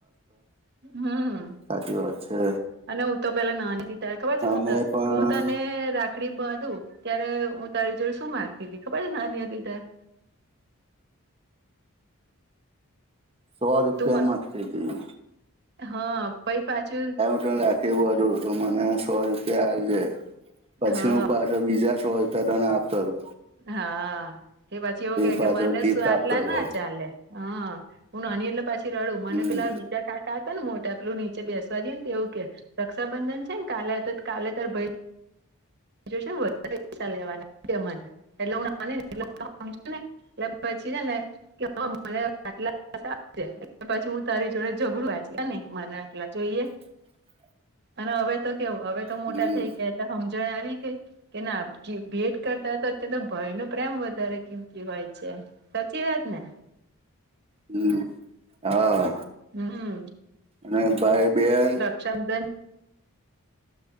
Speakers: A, on the right; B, on the right.
A: હમ્મ
B: હાચી વાત છે,
A: અને હું તો પેલા નાની હતી ત્યારે ખબર છે
B: અમે
A: હું તો
B: પણ
A: હું તને રાખ ખડી બાંધું ત્યારે હું તારી જોડે શું માંગતી તી ખબર છે, નાની હતી ત્યારે
B: સો રૂપિયા
A: તું
B: માંગતી તી
A: હા પઈ પાછું
B: <unintelligible> કે બધું તો મને સો રૂપિયા આલિયે પછી
A: હા
B: હું પા બીજા સો રૂપિયા તને આપતો તો.
A: હા, કે પછી એવું કે
B: પાછો
A: કે મને
B: ગિફ્ટ
A: શું આટલા
B: આપતો હતો
A: ના ચાલે. હા હું નાની એટલે પાછી રડું મને
B: હમ
A: પેલા ત્યાં કાકા હતા ને મોટા પેલું નીચે બેસવા જઈને તો એવું કે રક્ષાબંધન છે ને કાલે તો કાલે તારા ભઈ બીજુ શું વધારે પૈસા લેવાના કે મને એટલે હું નાની <unintelligible> એટલે પછી હે ને કે મને <unintelligible> આટલાટ પછી હું તારી જોડે ઝઘડું મને આટલા જોઈએ.
B: <inaudible>
A: અને હવે તો કેવું હવે તો મોટા
B: હમ
A: થઈ ગયા એટલે સમજણ આવી ગઈ. કે ના ભેટ કરતા તો અત તો ભાય નો પ્રેમ વધારે કીમતી હોય છે. સાચી વાત ને.
B: હમ હા
A: હમ
B: અને ભાઈ બેન.
A: ચંદન